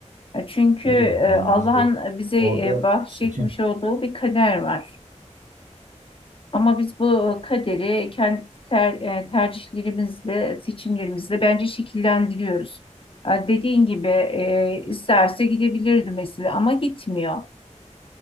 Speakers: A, on the left; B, on the right.
A: E, Çünkü
B: Tabii
A: e,
B: yani
A: Allah'ın
B: biz bu-
A: bize
B: orada
A: e, bahşetmiş
B: seçim
A: olduğu bir kader var. Ama biz bu e, kaderi kendi ter- e, tercihlerimizle, seçimlerimizle bence şekillendiriyoruz. E, Dediğin gibi e, isterse gidebilirdi mesela ama gitmiyor.